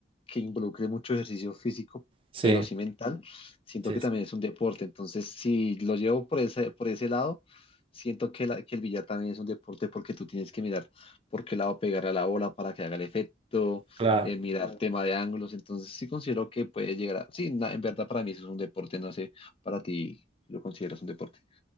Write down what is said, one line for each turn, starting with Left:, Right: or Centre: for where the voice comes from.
Left: que involucre mucho ejercicio físico,
Right: sí,
Left: pero sí mental, siento
Right: sí,
Left: que
Right: sí,
Left: también es un deporte. Entonces, si lo llevo por ese, por ese lado, siento que, la- que el billar también es un deporte porque tú tienes que mirar por qué lado pegar a la bola para que haga el efecto,
Right: claro.
Left: eh, mirar tema de ángulos. Entonces, sí considero que puede llegar a... Sí, na- en verdad para mí eso es un deporte, no sé, para ti lo consideras un deporte.